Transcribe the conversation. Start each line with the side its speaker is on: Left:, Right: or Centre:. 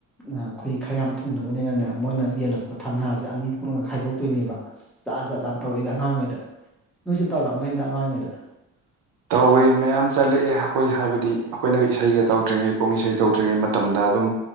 Centre: ꯑꯩꯈꯣꯏ ꯈꯔ ꯌꯥꯝ ꯊꯨꯡꯅꯕꯅꯤꯅꯅꯦ ꯃꯣꯏꯅ ꯌꯦꯜꯂꯛꯄ ꯊꯝꯅꯥꯁꯦ ꯑꯅꯤ ꯊꯣꯛꯂꯒ ꯈꯥꯏꯗꯣꯛꯇꯣꯏꯅꯦꯕ ꯑꯁ ꯆꯥꯠ ꯖꯠ ꯌꯥꯝ ꯇꯧꯔꯛꯏꯗ ꯑꯉꯥꯡꯔꯤꯉꯩꯗ ꯅꯣꯏꯁꯨ ꯇꯧꯔꯛꯑꯝꯒꯅꯤꯗ ꯑꯉꯥꯡ ꯑꯣꯏꯔꯤꯉꯩꯗ
Right: ꯇꯧꯋꯦ ꯃꯌꯥꯝ ꯆꯠꯂꯛꯑꯦ ꯑꯩꯈꯣꯏ ꯍꯥꯏꯕꯗꯤ ꯑꯩꯈꯣꯏꯅ ꯏꯁꯩꯒ ꯇꯧꯗ꯭ꯔꯤꯉꯩ ꯄꯨꯡ ꯏꯁꯩ ꯇꯧꯗ꯭ꯔꯤꯉꯩ ꯃꯇꯝꯗ ꯑꯗꯨꯝ